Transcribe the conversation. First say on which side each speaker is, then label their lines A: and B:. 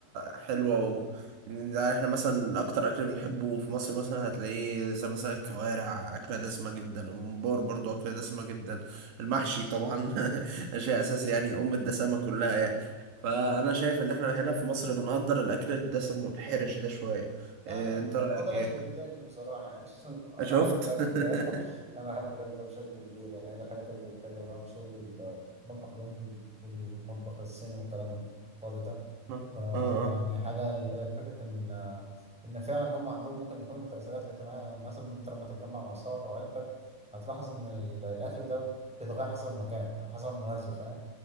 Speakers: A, on the right; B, in the centre.
A: حلوه و إن ده احنا مثلا اكتر اكل بنحبه في مصر مثلا هتلاقيه زي مثلا الكوارع اكله دسمه جدا الممبار برضو اكله دسمه جدا المحشي طبعا <laughs> شيء اساسي يعني ام الدسامه كلها يعني فانا شايف ان احنا هنا في مصر بنقدر الاكل الدسم والحرش ده شويه
B: لا
A: إيه،
B: يعني
A: انت رايك
B: هو ده الأكل
A: ايه
B: اللي يتاكل بصراحة يعني <laughs> أنا
A: شفت
B: أحب الأكل
A: <laughs>
B: ده <laughs> أنا أحب الأكل ده بشكل كبير يعني هي دي الحاجات اللي بتتاكل بقى مش كل المطبخ الهندي والمطبخ الصيني والكلام الفاضي ده
A: اه
B: فيعني
A: اه
B: حاجة ال- آه، فكرة إن آه، إن فعلا هم عندهم ممكن يكون تأثيرات اجتماعية يعني مثلا أنت لما تتجمع مع أصحابك أو عيلتك هتلاحظ إن ال- الأكل ده بيتغير حسب المكان أو حسب المناسبة فاهم